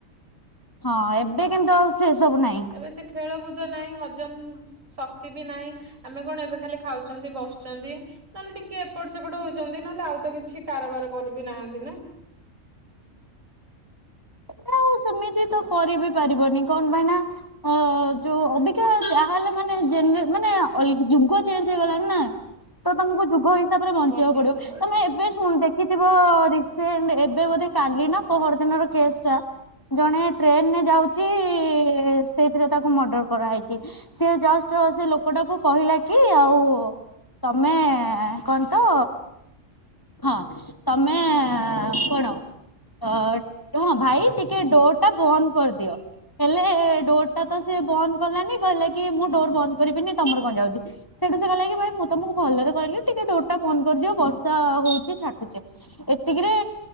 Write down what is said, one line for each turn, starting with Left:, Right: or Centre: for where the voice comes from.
Left: ହଁ ଏବେ କିନ୍ତୁ ଆଉ ସେ ସବୁ ନାହିଁ।
Right: ଏବେ ସେ ଖେଳକୁଦ ନାହିଁ ହଜମ ଶକ୍ତି ବି ନାହିଁ ଆମେ କଣ ଏବେ ଖାଲି ଖାଉଛନ୍ତି ବସୁଛନ୍ତି। ନହେଲେ ଟିକେ ଏପଟ ସେପଟ ହଉଛନ୍ତି ନହେଲେ ଆଉ ତ କିଛି କାରବାର କରୁ ବିି ନାହାନ୍ତି ନା।
Left: ଦାଉ ସେମିତି ତ କରି ବିି ପାରିବନି କଣ ପାଇଁ ନା ଅ ଯୋଉ ଅବି ଅଧିକା ଯାହାହେଲେ ମାନେ ଜେନେ ମାନେ ଅଲ ଯୁଗ ଚେଞ୍ଜ ହେଇଗଲାଣି ନା ତ ତମକୁ ଯୁଗ ହେଇ ତାପରେ ବଞ୍ଚିବାକୁ
Right: ବଞ୍ଚିବା
Left: ପଡିବ
Right: ପାଇଁ
Left: ତମେ ଏବେ ଶୁଣି ଦେଖ ଦେଖିଥିବ ରିସେଣ୍ଟ ଏବେ ବୋଧେ କାଲି ନା ପୋହର ଦିନର କେସ୍ ଟା। ଜଣେ ଟ୍ରେନରେ ଯାଉଛି ସେଇଥିରେ ତାକୁ ମର୍ଡର କରାହେଇଛି। ସିଏ ଜଷ୍ଟ ସେ ଲୋକଟାକୁ କହିଲା କି ଆଉ ତମେ କଣ ତ ହଁ ତମେ କଣ ଅ ହଁ ଭାଇ ଟି କି ଡୋର୍ ଟା ବନ୍ଦ କରିଦିଅ। ହେଲେ ଡୋର୍ ଟା ତ ସେ ବନ୍ଦ କଲାନି, କହିଲା କି ମୁଁ ଡୋର୍ ବନ୍ଦ କରିବିନି ତମର କଣ ଯାଉଚି। ସେଠୁ ସେ କହିଲା କି ଭାଇ ମୁଁ ତମକୁ ଭଲରେ କହିଲି ଟିକେ ଡୋରଟା ବନ୍ଦ କରିଦିଅ ବର୍ଷା ହଉଚି ଛାଟୁଚି। ଏତିକିରେ